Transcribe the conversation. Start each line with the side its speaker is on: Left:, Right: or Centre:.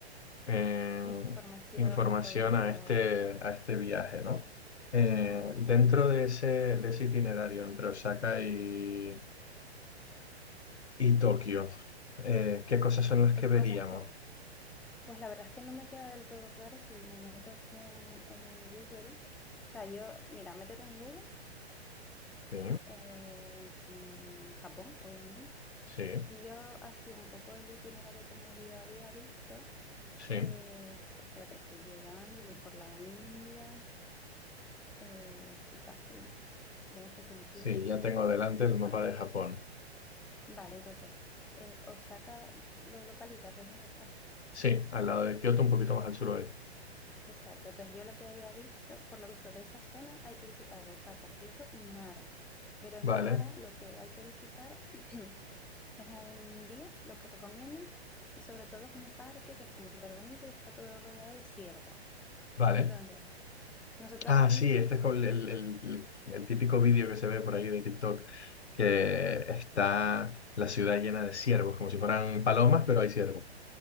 Left: eh,
Centre: información,
Left: información
Centre: a todo.
Left: a este, a este viaje, ¿no? Eh,
Centre: Ujú.
Left: dentro de ese, de ese itinerario entre Osaka y, y Tokio, eh, ¿qué cosas son las
Centre: Hay
Left: que veríamos?
Centre: cosas que, pues la verdad es que no me queda del todo claro si me meto aquí en, en Google. O sea, yo, mira, métete en Google,
Left: Sí,
Centre: eh, en Japón, obviamente.
Left: sí,
Centre: Y yo así un poco el itinerario que medio había visto
Left: sí,
Centre: eh, es, espérate, estoy llegando, voy por la India, eh, estoy casi, yo me fui a Filipinas,
Left: sí, ya tengo
Centre: pero estoy-
Left: delante
Centre: esto
Left: el
Centre: es
Left: mapa
Centre: para arriba.
Left: de Japón.
Centre: Vale, entonces, eh, Osaka, ¿lo localizas? ¿Ves dónde está?
Left: Sí, al lado de Kioto, un poquito más al suroeste.
Centre: Exacto, entonces yo lo que había visto, por lo visto de esa zona hay que visitar Osaka, Kioto y Nara, pero en
Left: Vale,
Centre: Nara lo que hay que visitar <clears throat> es un día, lo que recomiendo, y sobre todo es un parque que es como súper bonito y está todo rodeado de ciervos.
Left: vale.
Centre: Entonces, nosotros
Left: Ah,
Centre: ahí,
Left: sí, este es como el, el- el- el típico vídeo que se ve por ahí de TikTok, que está la ciudad llena de ciervos, como si fueran palomas, pero hay ciervos.